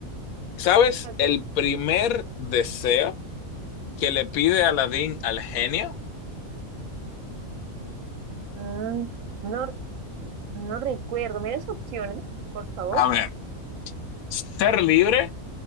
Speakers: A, on the left; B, on the right.
A: ¿Sabes
B: Ok.
A: el primer deseo que le pide Aladín al genio?
B: mm, no, mm, no recuerdo. ¿Me das opciones, por favor?
A: A ver, ser libre,